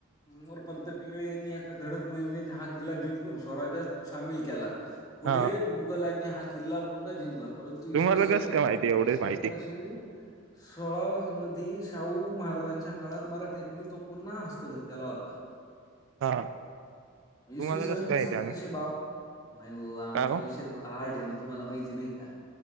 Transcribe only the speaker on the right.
हा
तुम्हाला
कस काय माहिती एवढेच
माहिती
हा तुम्हाला
कस काय माहिती
आणि
काय